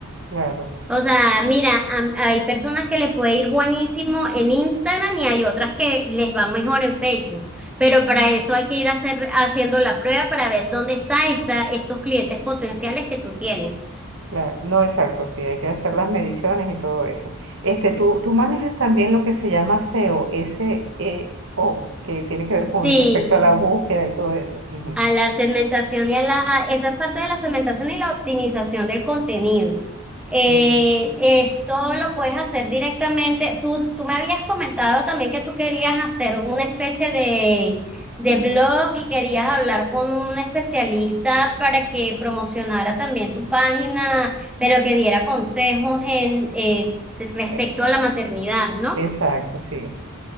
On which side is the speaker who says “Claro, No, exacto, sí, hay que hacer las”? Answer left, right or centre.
Right